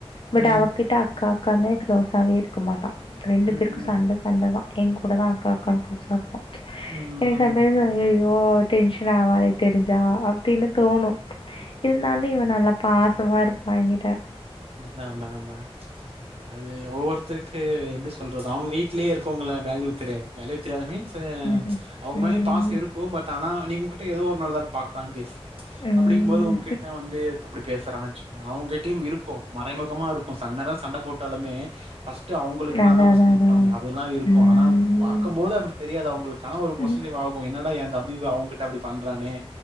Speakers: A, on the right; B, on the left.
A: ம்,
B: பட் அவகிட்ட அக்கா க்காந்நே க்ளோஸாவே இருக்க மாட்டா ரெண்டு
A: ம், ம்,
B: பேருக்கு சண்ட சண்டதா எங்கூட தா அக்கா அக்கான் க்ளோஸா
A: ம்.
B: எனக் சம் டைம்ஸ் ஐயய்யோ டென்ஷன் ஆவாலே தெரிஞ்சா அப்டின்னு தோணு இருந்தாலு இவ நல்லா பாசமா இருப்பா எங்கிட்ட
A: நாதாதா ஆ அது ஒவ்வொருத்தருக்கு எப்டி சொல்றது அவங்க வீடிலேயே இருக்கவங்கள வேல்யூ தெரியாது வேல்யூ தெரியாது மீன்ஸ் அ
B: ம்
A: அவங்க
B: ம்
A: மேலயு பாச இருக்கு பட் ஆனா நீ உங்ககிட்ட ஏதோ ஒரு நாள்தா பாக்றா பேசு
B: ம்
A: அப்டிங்போது உங்ககிட்ட
B: ம்
A: வந்து அப்டி பேசுறா வச்சுக்கங்களே அவங்ககிட்டையு இரு க்கு மறைமுகமா இருக்கு சண்டதா சண்ட போட்டாலுமே பர்ஸ்ட்டு அவுங்களுக்குனாதா
B: அதான்
A: ஃபர்ஸ்ட்
B: அதான்
A: நிப்பாங்க
B: அதான்
A: அதெல்லா இருக்கு
B: ம்
A: ஆனா பாக்கும்போது அப்படி தெரியாது அவங்களுக்கானா ஒரு பொச
B: ம்
A: ஆகு என்னடா எ தம்பி போய் அவகிட்ட அப்டி பண்றானே